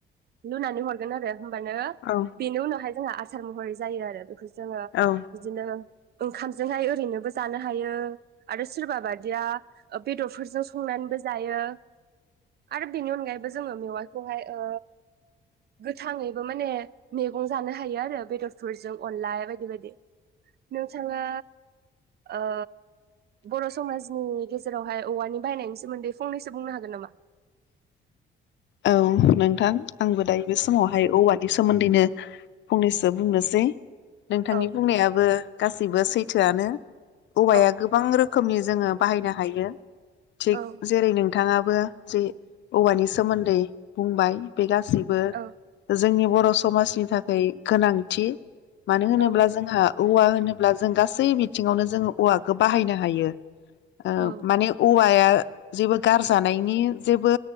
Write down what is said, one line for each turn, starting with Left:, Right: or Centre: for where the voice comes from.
Right: लुनानै हरगोन आरो। होमबानो
Left: औ
Right: बेनि उनावहाय जोंहा आसार महरै जायो आरो बेखौ जोंङो
Left: औ
Right: बिदिनो ओंखामजोंहाय ओरैनोबो जानो हायो आरो सोरबा बायदिया ओ बेदरफोरजों संनानैबो जायो। आरो बेनि अनगायैबो जोंङो मेवाइखौहाय ओ गोथांङैबो माने मेगं जानो हायो आरो बेदरफोरजों अनला बायदि बायदि नोंथांङा ओ बर' समाजनि गेजेरावहाय औवानि बाहायनायनि सोमोन्दै फंनैसो बुंनो हागोन नामा?
Left: औ नोंथां आंबो दायो बे समावहाय औवानि सोमोन्दैनो फंनैसो बुंनोसै। नोंथांनि
Right: औ
Left: बुंनायाबो गासिबो सैथ थोआनो। औवाया
Right: औ
Left: गोबां रोखोमनि जोंङो बाहायनो हायो। थिग
Right: औ
Left: जेरै नोंथांङा बो जे औवानि सोमोन दै बुंबाय बे गास सिबो
Right: औ
Left: जोंनि बर' समाजनि थाखाय गोनांथि। मानो होनोब्ला
Right: औ
Left: जोंहा औवा होनोब्ला जों गासै बिथिंङावनो जोंङो औवाखौ बाहायनो हायो । ओ
Right: औ
Left: माने औवाया जेबो गाज्रि जानायनि जेबो